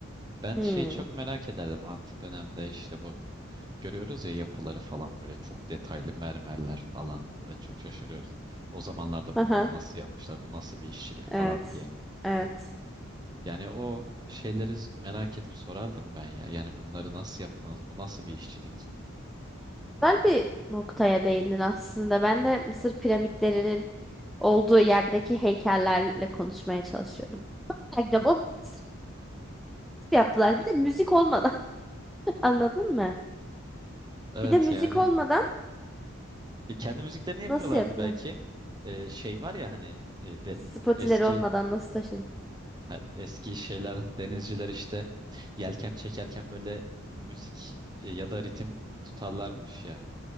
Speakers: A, on the right (about 20°); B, in the centre.
A: Ben
B: Hmm.
A: şeyi çok merak ederdim antik dönemde işte bu. Görüyoruz ya yapıları falan böyle çok detaylı mermerler falan böyle çok şaşırıyoruz. O zamanlarda
B: Aha.
A: bunları nasıl yapmışlar, bu nasıl bir işçilik falan
B: Evet.
A: diye.
B: Evet.
A: Yani o şeyleri merak edip sorardım ben ya. Yani bunları nasıl yaptınız, bu nasıl bir işçilik?
B: Güzel bir noktaya değindin aslında. Ben de Mısır piramitlerinin olduğu yerdeki heykellerle konuşmaya çalışıyorum. Merak ediyorum, O Mısır nasıl yaptılar? Bir de müzik olmadan <laughs> anladın mı?
A: Evet
B: Bir de müzik
A: yani
B: olmadan
A: E, kendi müziklerini yapıyorlardı
B: nasıl yaptılar?
A: belki. E, şey var ya hani e, den-
B: Spotileri
A: eski
B: olmadan nasıl taşın?
A: ha, eski şeyler denizciler işte yelken çekerken böyle müzik e, ya da ritim tutarlarmış ya.